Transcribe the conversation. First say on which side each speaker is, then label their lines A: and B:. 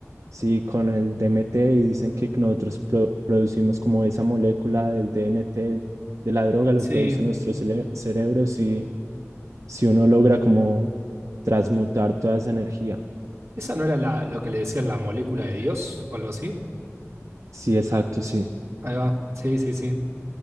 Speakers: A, on the right (about 80°); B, on the right (about 60°).
A: sí, con el DMT y dicen que nosotros pro- producimos como esa molécula del DMT, de la droga, lo
B: Sí.
A: produce nuestro cele- cerebro si, si uno logra como transmutar toda esa energía.
B: ¿Esa no era la, lo que le decían la molécula de Dios o algo así?
A: Sí, exacto, sí.
B: Ahí va. Sí, sí, sí.